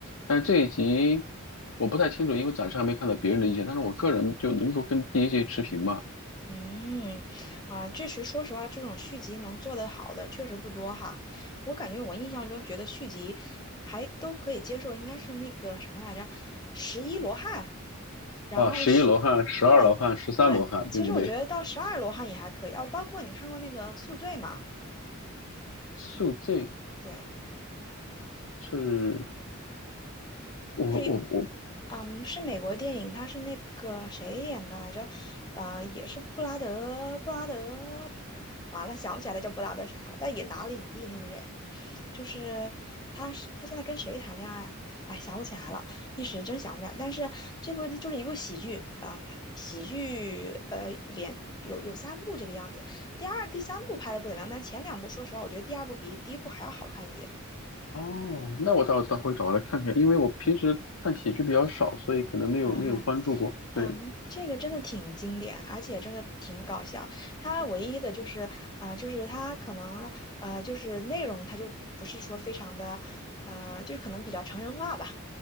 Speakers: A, on the left (about 75°); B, on the left (about 20°).
A: 但是这一集我不太清楚，因为暂时还没看到别人的意见，但是我个人就能够跟第一集持平吧。
B: 嗯，啊，确实，说实话，这种续集能做得好的确实不多哈。我感觉我印象中觉得续集还都可以接受，应该是那个什么来着，十一罗汉，然后十，
A: 啊，十一罗汉、十二罗汉、
B: 对对，
A: 十三罗汉，
B: 其实我觉得到十二罗汉也还可以哦，
A: 对不对？
B: 包括你看过那个《宿醉》吗？
A: 宿醉
B: 对，
A: 是，我我我，
B: 就是一，嗯，是美国电影，它是那个谁演的来着？呃，也是布拉德，布拉德，完了想不起来他叫布拉德啥了，但也拿了影帝那个谁，就是他是他现在跟谁谈恋爱啊？哎，想不起来了，一时真想不起来。但是这部就是一部喜剧，嗯，喜剧，呃，连有有三部这个样子，第二、第三部拍的不怎么样，但前两部说实话，我觉得第二部比第一部还要好看一些。
A: 哦，那我到到回找来看看，因为我平时看喜剧比较少，所以可能没有没有关注过。
B: 啊，嗯，
A: 对，
B: 这个真的挺经典，而且真的挺搞笑。它唯一的就是，啊、就是它可能，呃，就是内容它就不是说非常的，呃，就是可能比较成人化吧。